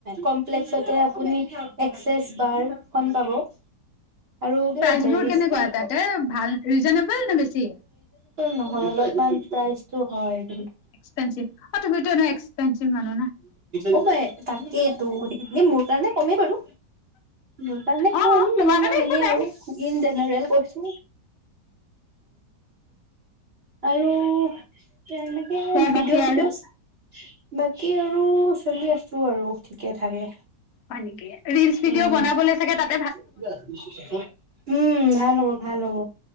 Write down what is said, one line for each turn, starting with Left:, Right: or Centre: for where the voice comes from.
Right: কমপ্লেক্সতে আপুনি এক্সেছ বাৰখন পাব । আৰু কিবা
Left: প্ৰাইচ
Right: বেৰিষ্টা
Left: বোৰ কেনেকুৱা
Right: <unintelligible>
Left: তাতে ভাল ৰিজনেবল নে বেছি
Right: নহয়, অলপমান প্ৰাইজটো? হয় ।
Left: এক্সপেঞ্চিভ অ! তুমিতো এনেও এক্সপেঞ্চিভ মানুহ ন ।
Right: কমেই, তাকেইতো মোৰ কাৰণে কমেই বাৰু । মোৰ কাৰণে
Left: অ
Right: কম
Left: তোমাৰ
Right: মানে মই
Left: কাৰণে
Right: এনেই
Left: একো নাই।
Right: আৰু ইন জেনেৰেল । কৈছো আৰু তই, এনেকে
Left: খোৱা
Right: ভিডিঅ'
Left: বাকী
Right: চিডিঅ'
Left: আৰু
Right: চা বাকী আৰু চলি আছো আৰু ঠিকে- থাকে।
Left: হয় নেকি? ৰিলচ
Right: উম।
Left: ভিডিঅ' বনাবলৈ চাগে তাত
Right: <unintelligible> উম, ভাল হ'ব! ভাল হ'ব!